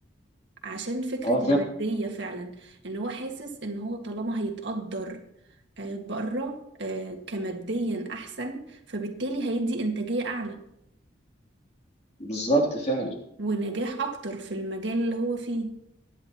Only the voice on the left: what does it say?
آه، فعلا
بالظبط فعلا